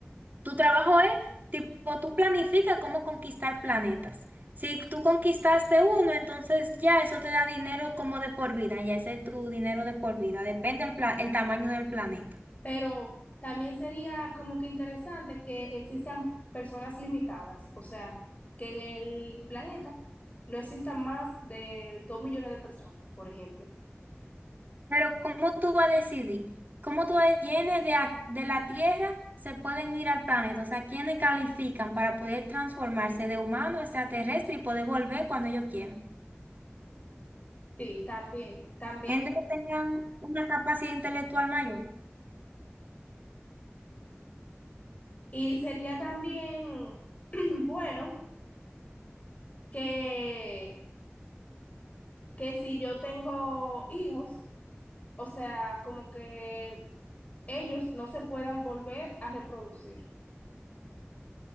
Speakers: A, on the right; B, on the left.
A: tu trabajo es tipo, tú planificas cómo conquistar planetas. Si tú conquistaste uno, entonces ya eso te da dinero como de por vida, ya ese es tu dinero de por vida, depende el pla- el tamaño del planeta.
B: Pero también sería como que interesante que existan personas limitadas, o sea, que en el planeta no existan más de dos millones de personas, por ejemplo.
A: Pero ¿cómo tú vas a decidir? ¿Cómo tú vas a- decidir quiénes de, ac- de la Tierra se pueden ir al planeta? O sea, ¿quiénes califican para poder transformarse de humano a extraterrestre y poder volver cuando ellos quieran?
B: Sí, también, también.
A: Gente que tengan una capacidad intelectual mayor.
B: Y sería también <clears throat> bueno que, que si yo tengo hijos, o sea, como que ellos no se puedan volver a reproducir,